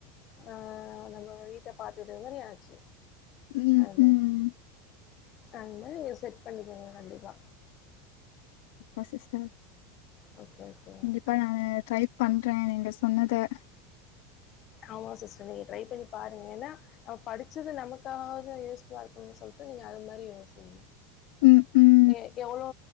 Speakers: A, on the left; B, on the left.
A: அ நம்ம வீட்ட பாத்துட்ட மாரி ஆச்சு
B: ம்
A: ஹலோ
B: ம்.
A: அது மாறி செட் பண்ணிக்கங்க கண்டிப்பா
B: அ சிஸ்டர்
A: ஓகே, ஓகே.
B: கண்டிப்பா நானு ட்ரை பண்றே நீங்க சொன்னத <inaudible>
A: ஆமா சிஸ்டர் நீங்க ட்ரை பண்ணி பாருங்க ஏன்னா நம்ம படிச்சது நமக்காவது யூஸ்ஃபுல்லா இருக்கும்னு சொல்லிட்டு நீங்க அது மாரி யோசிக்க
B: ம் ம்
A: எ எவ்ளோ